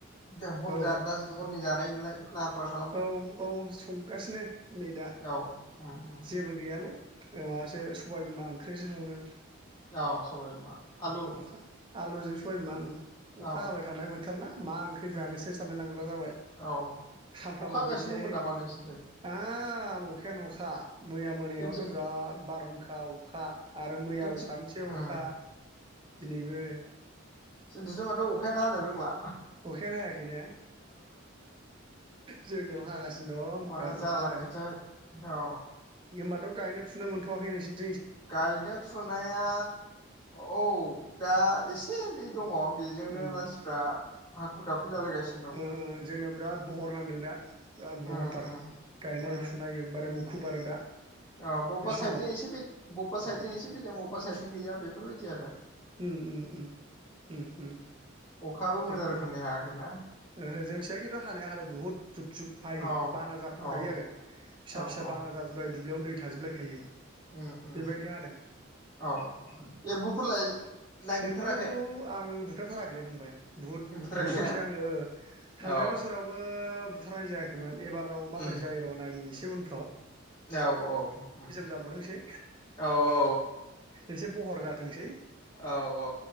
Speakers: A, on the left; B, on the right.
A: दा हर
B: औ
A: जा दा हरनि जानाय नालाय लाहार फाहार खालामबाय
B: औ औ संगासिनो नै दा
A: औ उम
B: जेबो गैयालै
A: उम
B: ओ माबासो सबायबिमा ओंख्रिसो संदों
A: औ सबाय बिमा आलु
B: अखा आलु जों सबायबिमां ओं अखा
A: औ
B: हाबाय थानाय बोथोर ना मा ओंख्रि जानोसो
A: उम
B: जानो लांग्रा जाबाय
A: औ
B: सामफ्रामबो
A: अखा हागासिनो
B: बेसे
A: दंमोन नामा नोंसिनिथिं
B: हाब अखायानो अखा मैया मैायावथ'
A: जोंथिं
B: बिराद बारहुंखा अखा आरो मैयाबो
A: जोंथिं
B: सानसे
A: उम
B: अखा दिनैबो
A: जोंनिथिंथ' माथो अखायानो हानो रोंला
B: अखायानो हायाखै ने जोंनियाव हागासि दं
A: मा
B: बिराद
A: जालांखोथाय
B: अखा हादों
A: औ
B: होनबाथ' गायनो फुनो मोनथ'वाखै नोंसोर
A: गायनो फुनाया औ दा एसे दै दङ बेजोंनो
B: उम
A: मानसिफ्रा हाखु दाखु जालायगासिनो दं
B: ओ ओ जोंनाव बिराद बहर नांदों दा बिराद बहरथार
A: उम उम
B: गायनाय
A: उम
B: फुनाय एखबारे मुखुब आरो दा
A: अ बबेबा
B: बे समाव
A: साइड जजों एसे बबेबा साइड जों एसे फैदों बबेबा साइद जों गैया बेफोरबायदि आरो
B: उम उम उम उम उम
A: अखायाबो मोजां
B: एखे
A: रोखोमनि हायाखैना
B: ओहो जोंथिया खिन्थु हानाया हानो बुहुत जुब जुब हायो
A: औ
B: बाना जाफ्रामखायो
A: औ
B: आरो फिसा
A: औ
B: फिसा
A: औ
B: बाना जाजोबलायो दुब्लियावनो दै थाजोबलायखायो
A: उम उम
B: बेबायदि हादों
A: औ एम्बुफोरलाय नागिरथाराखै
B: एम्बु आं बुथारथाराखैलै फंबाय बुहुद
A: बुथाराखैना
B: गोबावसो आङो थांनाय
A: औ
B: बोसोरावबो बुथारनाय जायाखैमोन एबाराव माबोरै
A: उम
B: जायो र' नायनायनि एसे उन
A: औ औ उम
B: जाबावथोंसै
A: औ औ
B: एसे बहर जाथोंसै
A: औ औ